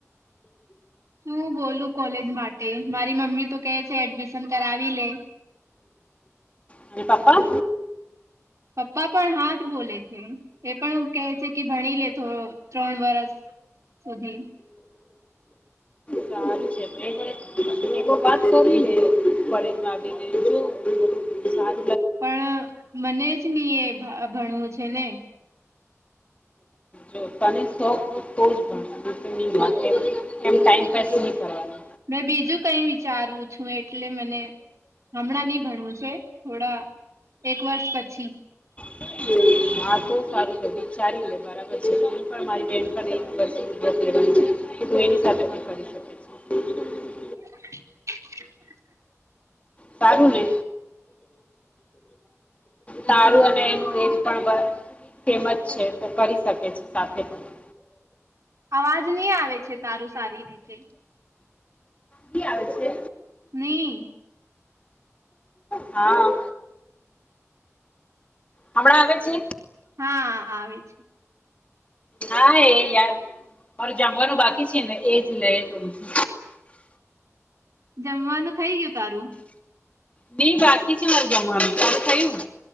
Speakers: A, on the right; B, on the left.
A: શું બોલું કોલેજ માટે મારી મમ્મી તો કે છે એડમિશન કરાવી લે.
B: અને પપ્પા
A: પપ્પા પણ હા જ બોલે છે. પણ કહે છે કે ભણી લે તું ત્રણ વરષ સુધી <inaudible>
B: સારું છે બે વર્ષ એવુ વાત કરીલે કોલેજ માં બી એવું ચા
A: પણ મને જ ની એ ભણવું છે ને <inaudible>
B: જો તને શોખ હોય તો જ ભણ નીતો ની ભણ એવો ટાઈમ પાસ જ ની કરવાનો.
A: મેં બીજું કઈ વિચારુ છું એટલે મને હમણાં ની ભણવું છે થોડા એક વર્ષ પછી
B: હમમ આ તો સારું તો વિચારી લે બરાબર મારી બહેનપણી <inaudible> કરી શકે છે.
A: <inaudible>
B: સારું ને સારું અને તું એક પણ ફેમસ છે તો કરી શકે છે સાથે પણ
A: આવાજ ની આવે છે તારું સારી રીતે
B: ની આવે છે.
A: નહી
B: હા. હમણા આવે છે.
A: હા આવે છે.
B: હા એ યાર મારે જમવાનું બાકી છે ને એજ લે તો ભી
A: જમવાનું થઇ ગયું તારું.
B: ની બાકી છે મારુ જમવાનું તારું થયું હું.